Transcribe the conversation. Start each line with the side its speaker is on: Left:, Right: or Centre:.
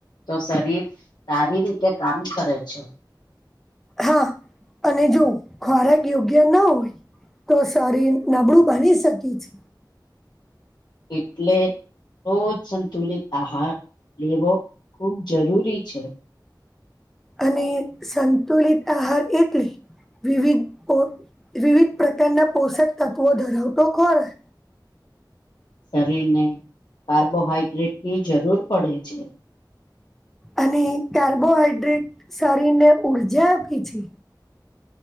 Left: તો શરીર સારી રીતે કામ કરે છે
Centre: હા અને જો ખોરાક યોગ્ય ના હોય તો સોરી નબળું બની શકી છે
Left: એટલે રોજ સંતુલિત આહાર લેવો ખૂબ જરૂરી છે
Centre: અને સંતુલિત આહાર એટલે વિવિધ વિવિધ પ્રકારના પોષક તત્વો ધરાવતો ખોરા
Left: શરીર ને કાર્બોહાઈડ્રેટ ની જરૂર પડે છે
Centre: અને કાર્બોહાઈડ્રેટ શરીરને ઉઊર્જા આપે છે